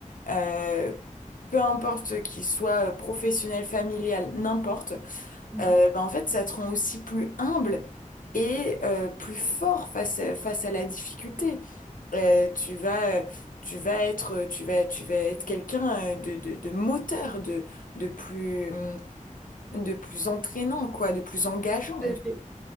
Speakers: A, on the left; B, in the centre.
A: euh, peu importe qu'il soit euh, professionnel, familial, n'importe,
B: Mhm.
A: euh, ben, en fait, ça te rend aussi plus humble et euh, plus fort face à, face à la difficulté. Euh, tu vas, euh, tu vas être, tu vas, tu vas être quelqu'un euh, de, de, de moteur, de, de plus, hum, de plus entraînant, quoi, de plus engageant.
B: Tout à fait.